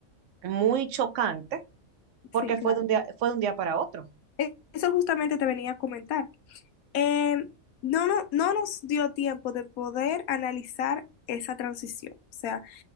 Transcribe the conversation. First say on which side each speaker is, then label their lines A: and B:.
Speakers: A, on the right; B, on the left.
A: muy chocante porque
B: Sí, claro.
A: fue de un día, fue de un día para otro.
B: E- Eso justamente te venía a comentar. Em, no, no, no nos dio tiempo de poder analizar esa transición. O sea,